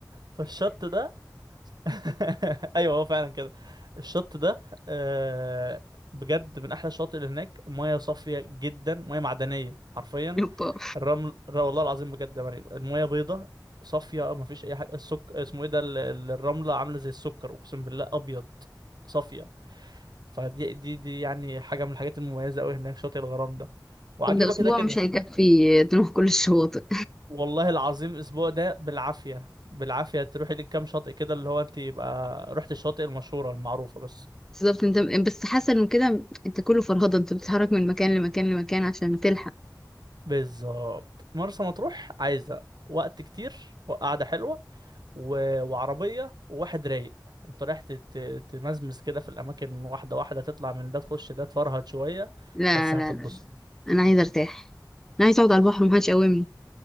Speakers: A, on the right; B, in the centre.
A: فالشط ده <laughs> ايوه هو فعلا كده الشط ده آه بجد من احلى الشواطئ اللي هناك ميه صافيه جدا ميه معدنيه حرفيا
B: يبا.
A: الرمل ر- والله العظيم بجد يا مريم الميه بيضه صافيه ما فيش اي حاجه السك اسمه ايه ده ال- ال- الرمله عامله زي السكر اقسم بالله ابيض صافيه فدي دي دي يعني حاجه من الحاجات المميزه قوي هناك شاطئ الغرام ده وعجيبه
B: طب ده اسبوع
A: كده كده
B: مش هيكفي نروح كل الشواطئ
A: والله العظيم الاسبوع ده بالعافيه بالعافيه تروحي لك كام شاطئ كده اللي هو انت يبقى رحت الشاطئ المشهوره المعروفه بس
B: بالظبط انت بس حسن من كده انت كله فرهضه انت بتتحرك من مكان لمكان لمكان عشان تلحق
A: بالظبط مرسى مطروح عايزه وقت كتير وقعده حلوه و... وعربيه وواحد رايق انت رايح تت- ت- تمزمز كده في الاماكن واحده واحده تطلع من ده تخش ده تفرهد شويه
B: لا
A: بس هتتبسط
B: لا لا انا عايزه ارتاح انا عايزه اقعد على البحر ومحدش يقومني